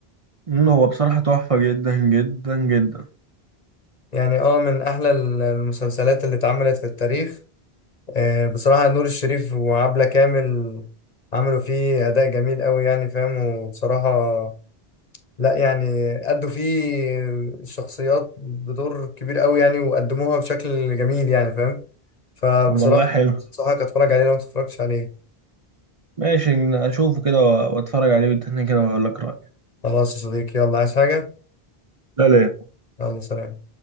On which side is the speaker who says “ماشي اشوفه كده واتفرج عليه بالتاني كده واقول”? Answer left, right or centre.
Right